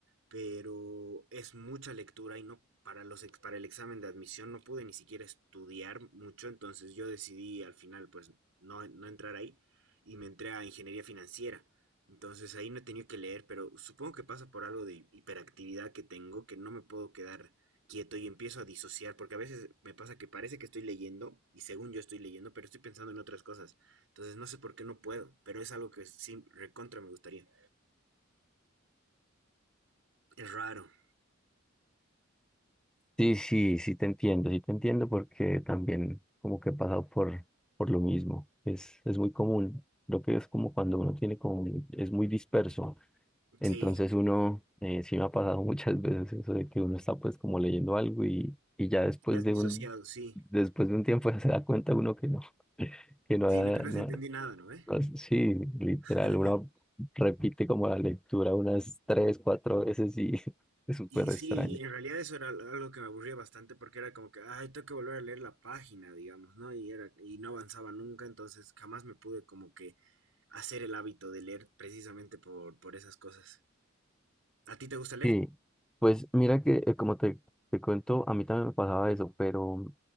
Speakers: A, on the right; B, in the centre.
A: pero es mucha lectura y no para los ex- para el examen de admisión no pude ni siquiera estudiar mucho, entonces yo decidí al final pues no, no entrar ahí y me entré a ingeniería financiera. Entonces ahí no he tenido que leer, pero supongo que pasa por algo de hiperactividad que tengo, que no me puedo quedar quieto y empiezo a disociar, porque a veces me pasa que parece que estoy leyendo y según yo estoy leyendo, pero estoy pensando en otras cosas. Entonces no sé por qué no puedo, pero es algo que sí, recontra me gustaría. Es raro,
B: Sí, sí, sí te entiendo, sí te entiendo porque también como que he pasado por, por lo mismo. Es, es muy común. Creo que es como cuando uno tiene como, es muy disperso. Entonces
A: sí,
B: uno, eh, sí me ha pasado <laughs> muchas veces eso de que uno está pues como leyendo algo y, y ya después
A: ya has
B: de
A: disociado,
B: un,
A: sí.
B: después de un tiempo <laughs> ya se da cuenta uno que no, <laughs> que no,
A: Sí,
B: ha-
A: no, que no
B: no,
A: se entendí nada, ¿no? ¿Eh?
B: Ah, Sí, literal,
A: <laughs>
B: uno repite como la lectura unas tres, cuatro veces y <laughs> es súper
A: Y sí,
B: extraño.
A: en realidad eso era algo que me aburría bastante porque era como que, ay, tengo que volver a leer la página, digamos, ¿no? Y era, y no avanzaba nunca, entonces jamás me pude como que hacer el hábito de leer precisamente por, por esas cosas. ¿A ti te gusta leer?
B: Sí, pues mira que eh, como te, te cuento, a mí también me pasaba eso, pero